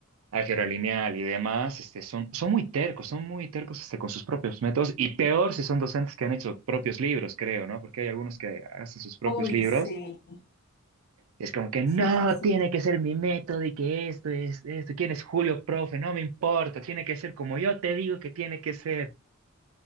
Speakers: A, on the right (about 80°); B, on the left (about 50°).
A: álgebra lineal y demás, este, son, son muy tercos, son muy tercos hasta con sus propios métodos, y peor si son docentes que han hecho propios libros, creo, ¿no? Porque hay algunos que hacen sus propios
B: Uy,
A: libros
B: sí,
A: Y es como que no,
B: sí, sí, sí.
A: tiene que ser mi método y que esto es esto. ¿Quién es Julio, profe? No me importa, tiene que ser como yo te digo que tiene que ser.